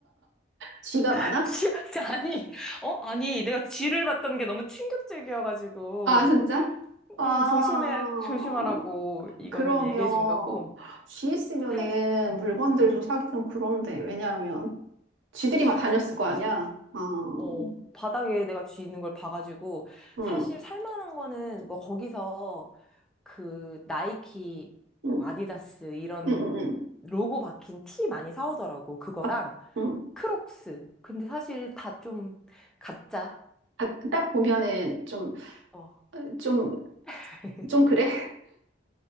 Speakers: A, on the right (about 85°); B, in the centre.
A: 쥐가 많아?
B: <laughs> 지, 아니, 어? 아니, 내가 쥐를 봤던 게 너무 충격적이어가지고,
A: 아 진짜? 아
B: 음, 조심해, 조심하라고, 이거는
A: 그러면
B: 얘기해준 거고,
A: 쥐 있으면은
B: 살, 음,
A: 물건들
B: 음,
A: 좀 사기 좀 그런데 왜냐하면 쥐들이
B: 그치,
A: 막 다녔을
B: 좀 그렇지.
A: 거 아니야. 아, 음,
B: 어, 바닥에 내가 쥐 있는 걸 봐가지고,
A: 음,
B: 사실 살만한 거는 뭐 거기서 그 나이키,
A: 음,
B: 뭐 아디다스 이런
A: 음, 음.
B: 로고 박힌 티 많이 사오더라고, 그거랑
A: 아, 음.
B: 크록스. 근데 사실 다 좀 가짜.
A: 아, 딱 보면은 좀,
B: 어.
A: 좀,
B: <laughs>
A: 좀 그래?